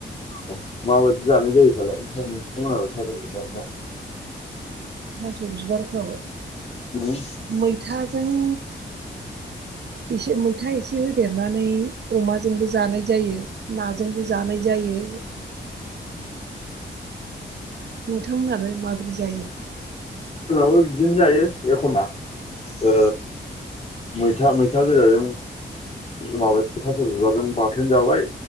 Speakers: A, on the left (about 35°); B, on the right (about 70°).
A: औ माबायदि जानाय जायो फालाय। नोंथांमोनाबो थास बिबारखौ
B: थास' बिबारखौ
A: उम ए
B: मैथाजों। एसे मैथा एसे होदेरनानै अमाजोंबो जानाय जायो। नाजोंबो जानाय जायो। नोंथांमोनहालाय माबोरै जायो?
A: जोंनावो बिदिनो जायो एखमबा ओ मैथा मैथ मैथा गोजाजों माब थास' बिबाजों बाथोन जाबाय